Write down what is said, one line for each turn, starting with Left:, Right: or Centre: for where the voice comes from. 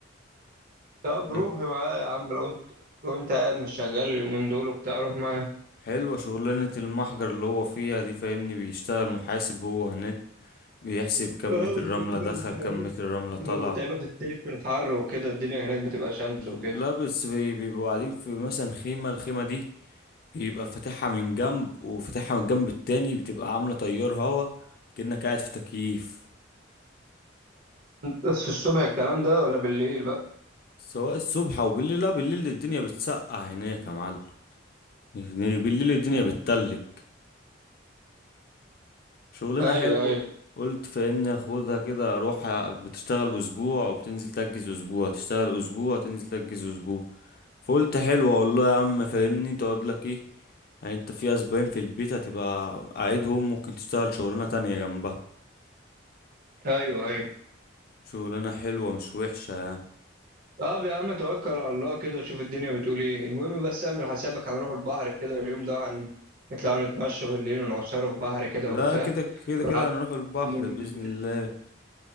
Right: طب
Left: أه،
Right: روح معاه يا عم لو انت لو انت قاعد مش شغال اليومين دول وبتاع روح معاه
Left: حلوة شغلانة المحجر اللي هو فيها دي فاهمني بيشتغل محاسب هو هناك بيحسب كم
Right: اه
Left: متر
Right: بس
Left: رملة
Right: بتبقى
Left: دخل
Right: متعبة
Left: كم متر رملة
Right: بتبقى
Left: طلع
Right: متعبة في الصيف في الحر وكده الدنيا هناك بتبقى شمس وكده
Left: لا بس بي- بيبقوا قاعدين في مثلا خيمة الخيمة دي بيبقى فاتحها من جنب وفاتحها من الجنب التاني بتبقى عاملة تيار هوا كأنك قاعد في تكييف
Right: بس في الصبح الكلام ده ولا بالليل بقى
Left: سواء الصبح أو بالليل لا بالليل الدنيا بتسقع هناك يا معلم يعني بالليل الدنيا
Right: مم.
Left: بتتلج شغلانة
Right: ايوه
Left: حلوة
Right: ايوه
Left: قلت فاهمني اخدها كده اروح بتشتغل اسبوع وبتنزل تجز اسبوع تشتغل اسبوع تنزل تجز اسبوع فقلت حلو اقول له يا عم فاهمني تقعد لك ايه يعني انت في اسبوعين في البيت هتبقى قاعدهم ممكن تشتغل شغلانة تانية جنبها
Right: ايوه ايوه
Left: شغلانة حلوة مش وحشة يعني
Right: طب يا عم توكل على الله كده وشوف الدنيا بتقول ايه المهم بس اعمل حسابك هنروح البحر كده اليوم ده هنطلع نتمشى بالليل ونعصره في بحر كده
Left: لا
Right: وبتاع
Left: كده كده كده
Right: ونعدي
Left: هنروح البحر
Right: نجيب
Left: بإذن
Right: جيلاتي
Left: الله